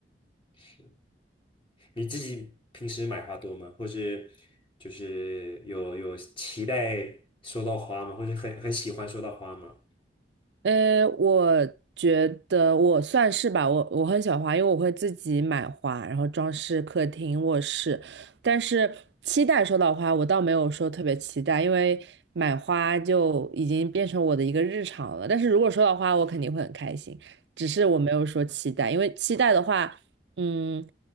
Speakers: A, on the left; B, on the right.
A: 是。你自己平时买花多吗？或是就是有有期待收到花吗？或者很很喜欢收到花吗？
B: 呃，我觉得我算是吧，我我很喜欢花，因为我会自己买花，然后装饰客厅、卧室。但是期待收到花，我倒没有说特别期待，因为买花就已经变成我的一个日常了。但是如果收到花，我肯定会很开心，只是我没有说期待，因为期待的话，嗯，